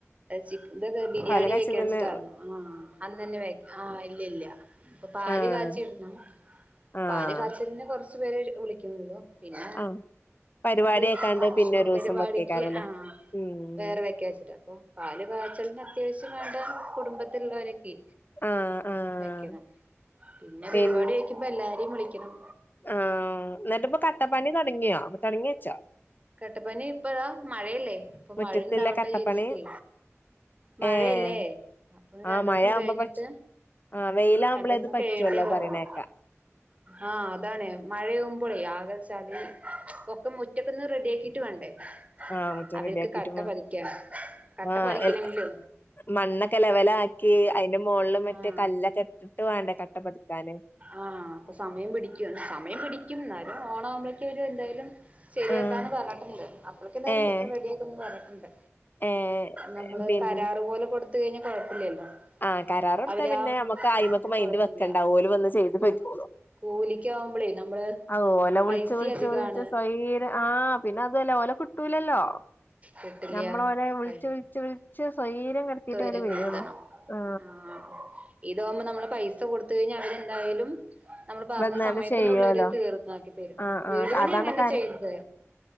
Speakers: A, on the right; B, on the left.
A: ചിക്കന്റേത് ബിരിയാണി
B: പല കക്ഷിയും
A: വെക്കൺച്ചിട്ടാര്ന്നു.
B: തന്നെ
A: ആഹ് അന്നന്നെ വെ ആഹ് ഇല്ല്യ ഇല്ല്യ ഇപ്പൊ പാല്
B: ആഹ്
A: കാച്ചിട്ണം.
B: ആഹ്
A: പാല് കാച്ചൽന് കൊറച്ചു പേര് വിളിക്കുന്ന്ള്ളൂ പിന്നെ
B: ആഹ് പരിപാടി
A: ഇത്
B: ആക്കാണ്ട്
A: ഫംങ്ഷൻ
B: പിന്നെ ഒരു ദിവസം
A: പരിപാടിക്ക്
B: വെക്കേക്കാരല്ലേ
A: ആഹ്
B: ഉം
A: വേറെ വെക്ക്യാച്ചിട്ടാ അപ്പൊ പാല് കാച്ചൽന് അത്യാശ്യം വേണ്ട കുടുംബത്തിൽ ഉള്ളോരെക്കേ
B: ആഹ് ആഹ്
A: വെക്കണം. പിന്നെ
B: പിൻ
A: പരിപാടി വെക്കുമ്പോ എല്ലാരേം വിളിക്കണം
B: ആഹ് ഇന്നിട്ട് ഇപ്പൊ കട്ടപ്പണി തൊട്ങ്ങിയോ തെടങ്ങിവെച്ചൊ?
A: കട്ടപ്പണി ഇപ്പതാ മഴയല്ലേ ഇപ്പൊ
B: മുറ്റത്തില്ല
A: മഴണ്ടാവ് ട്ടേ
B: കട്ടപ്പണി
A: വിചാരിച്ചിട്ടേ മഴയല്ലേ
B: ഏഹ്
A: അപ്പൊ
B: ആഹ്
A: രണ്ടോസം
B: മഴ ആവുമ്പോ
A: കഴിഞ്ഞിട്ട്
B: പ ആഹ് വെയിലാവുമ്പളേത്
A: രണ്ടൂസം
B: പറ്റോള്ളു
A: കഴിയട്ടെ പറഞ്ഞു
B: പറേണേക്കാ
A: ആഹ് അതാണെ മഴാമ്പോളെ ആകെചളി ഒക്കെ മുറ്റം - ഇന്ന് റെഡി ആക്കിട്ട് വേണ്ടേ
B: ആഹ് മുറ്റം
A: അവർക്ക്
B: റെഡിയാക്കിട്ട്
A: കട്ട
B: വാ
A: പതിക്കാൻ കട്ട
B: ആഹ്
A: പതിക്കണെങ്കിലേ
B: എൽ മണ്ണൊക്കെ ലെവലാക്കി അതിന്റെ മുകളില് മറ്റേ
A: ആഹ്
B: കല്ലൊക്കെ ഇട്ടിട്ട് വേണ്ടേ കട്ടവെക്കാൻ
A: ആഹ് അപ്പൊ സമയം പിടിക്കും സമയം പിടിക്കും എന്നാലും ഓണവുമ്പഴേക്കും ഒരു എന്തായാലും ശരിയാക്കാന്ന്
B: ആഹ്
A: പറഞ്ഞിട്ടുണ്ട് അപ്പോളേക്കും എന്തായാലും
B: ഏഹ്
A: റെഡിയാക്കുന്ന് പറഞ്ഞിട്ടുണ്ട്
B: ഏഹ്
A: നമ്മള്
B: പിന്നെ
A: കരാറ് പോലെ കൊടുത്ത് കഴിഞ്ഞാ കൊഴപ്പില്ലല്ലോ
B: ആഹ് കരാർ കൊടുത്ത
A: അവരാ
B: പിന്നെ നമ്മുക്ക് ആയിമക്ക് മയിന്റ്
A: കൊഴപ്പില്ല
B: വെക്കണ്ടാ ഓല് വന്ന് ചെയ്ത്
A: കൂ
B: പോയ്ക്കോളും
A: കൂലിക്കാവുമ്പളേ നമ്മള്
B: ആ ഓല വിളിച്ച്
A: പൈസ
B: വിളിച്ച്
A: അധികാണ്
B: വിളിച്ച് സ്വൈരം ആഹ് പിന്നെ അതല്ല ഓല കിട്ട കിട്ടൂല്ലല്ലോ
A: കിട്ടില്ല്യ
B: നമ്മള് ഓരേ വിളിച്ച്
A: പൈ
B: വിളിച്ച് വിളിച്ച് സ്വൈര്യം കെടുത്തിയിട്ടേ
A: തൊയ്രം
B: അവരെ വരുള്ളൂ.
A: കെടുത്തണം
B: ആ
A: ആഹ് ഇതാകുമ്പോ നമ്മളെ പൈസ കൊടുത്തു കഴിഞ്ഞാൽ അവരെ എന്തായാലും നമ്മള് പറഞ്ഞ
B: വന്നാണ്ട്
A: സമയത്തിനുള്ളവരു
B: ചെയ്യുവല്ലോ
A: തീർന്നാക്കി തരും
B: ആ ആ
A: വീടുപണി
B: അതാണ്
A: അങ്ങനെ
B: കര
A: ചെയ്ത്